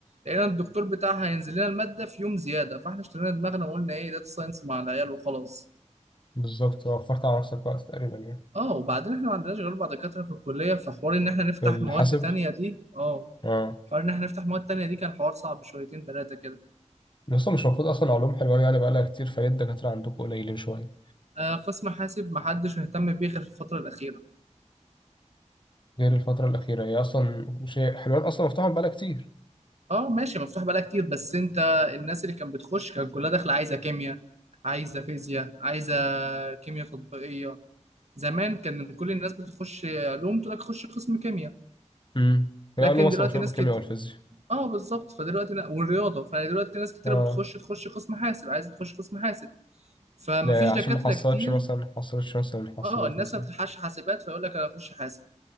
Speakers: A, on the right; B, on the left.
A: لقينا الدكتور بتاعها هينزل لنا الماده في يوم زياده فاحنا اشترينا دماغنا وقلنا ايه داتا ساينس مع العيال وخلاص
B: بالظبط وفرت على نفسك وقت تقريبا يعني
A: اه وبعدين احنا ما عندناش غير اربع دكاتره في الكليه فحوار ان احنا نفتح
B: في الحاسب
A: مواد تانية دي اه
B: اه
A: حوار ان احنا نفتح مواد تانية دي كان حوار صعب شويتين ثلاثه كده
B: بس مش المفروض اصلا علوم حلوان يعني بقالها كتير فليه الدكاترة عندكم قليلين شوية
A: آه قسم حاسب ما حدش مهتم بيه غير في الفتره الاخيره
B: غير الفترة الأخيرة هي أصلا مش هي- حلوان أصلا مفتوحة بقالها كتير
A: اه ماشي مفتوح بقالها كتير بس انت الناس اللي كانت بتخش كان كلها داخله عايزه كيمياء عايزه فيزياء عايزه كيمياء تطبيقيه زمان كان كل الناس بتخش علوم تقول لك خش قسم كيمياء
B: امم هي
A: لكن
B: علوم أصلا
A: دلوقتي
B: مشهورة
A: ناس
B: بالكيمياء
A: كتير
B: والفيزياء
A: اه بالظبط فدلوقتي نا... والرياضه فدلوقتي ناس كتيره
B: اه
A: بتخش تخش قسم حاسب عايزه تخش قسم حاسب فما
B: لا
A: فيش
B: عشان
A: دكاترة
B: ما حصلتش
A: كتير
B: مثلا ما حصلتش مثلا الحاسبات
A: اه الناس
B: مثلا
A: ما بتلحقش حاسبات فيقول لك انا اخش حاسب